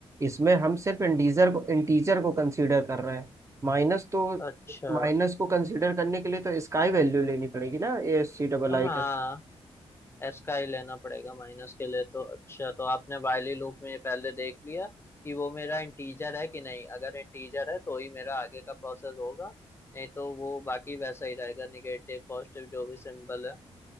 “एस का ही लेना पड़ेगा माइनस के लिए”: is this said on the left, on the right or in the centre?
Left